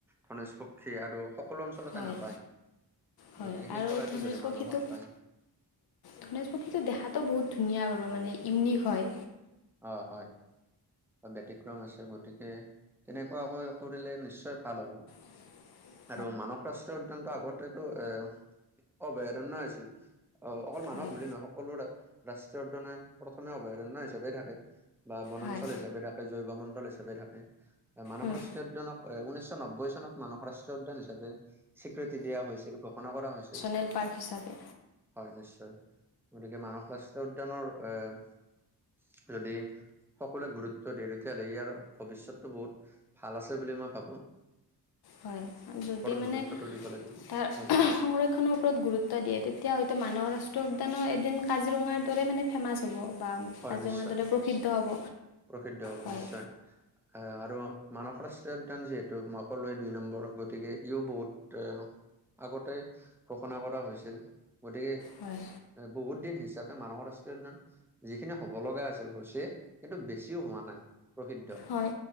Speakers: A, in the centre; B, on the left (about 65°).
A: ধনেশ পক্ষী আৰু সকলো অঞ্চলতে
B: হয়,
A: নাপায়
B: হয়,
A: গতিকে সেই
B: আৰু
A: চৰাইটো
B: ধনেশ
A: যদি মানুহত
B: পক্ষী তো
A: পায়
B: ধনেশ পক্ষীটো দেখাতটো বহুত ধুনীয়া বাৰু মানে ইউনিক হয়।
A: অ' হয়। ব্যতিক্ৰম আছে গতিকে তেনেকুৱাকৈ কৰিলে নিশ্চয় ভাল হ'ব।
B: <inaudible>
A: আৰু মানৱ ৰাষ্ট্ৰীয় উদ্যানটো আগতেতো এ অভয়াৰণয় আছিল। অ' অকল মানৱ
B: হয়
A: বুলি নহয় সকলো ৰাষ্ট্ৰীয় উদয়নে প্ৰথমে অভয়াৰণ্য হিচাপে থাকে। বা বনাঞ্চল
B: হয়
A: হিচাপে থাকে জৈৱ মণ্ডল হিচাপে থাকে মানসৰ
B: উম,
A: ৰাষ্টীয় উদ্যানক ঊনৈশ নব্বৈ চনত মানস ৰাষ্ট্ৰীয় উদ্যান হিচাপে স্বীকৃতি দিয়া হৈছিল ঘোষণা কৰা হৈছিল।
B: নেল পাৰ্ক হিচাপে।
A: হয় নিশ্চয়, গতিকে মানস ৰাষ্ট্ৰীয় উদ্যানৰ এ। যদি সকলোৱে গুৰুত্ব দিয়ে, তেতিয়াহ'লে ইয়াৰ ভৱিষ্যতটো বহুত। ভাল আছে বুলি মই ভাবোঁ।
B: হয়, যদি মানে
A: গুৰুত্বটো দিব লাগিব।
B: তাৰ সংৰক্ষণ
A: হয়
B: - খনৰ ওপৰত গুৰুত্ব দিয়ে, তেতিয়া হয়তো মানাহ ৰাষ্ট্ৰীয় উদ্যানো এদিন কাজিৰঙাৰ দৰে মানে ফেমাছ হ'ব বা
A: হয়
B: কাজিৰঙাৰ
A: নিশ্চয়
B: দৰে প্ৰসিদ্ধ হ'ব,
A: প্ৰসিদ্ধ হ'ব
B: হয়।
A: নিশ্চয়। আৰু মানাহ ৰাষ্ট্ৰীয় উদ্যান যিহেতু মই ক'লোৱেই দুই নম্বৰ, গতিকে ইও বহুত এ আগতে ঘোষণা কৰা হৈছিল, গতিকে
B: হয়।
A: বহুত দিন হিচাপে মানাহ ৰাষ্ট্ৰীয় উদ্যান যিখিনি হব লগা আছিল, হৈছে সেইটো বেছিও হোৱা নাই। প্ৰসিদ্ধ,
B: হয়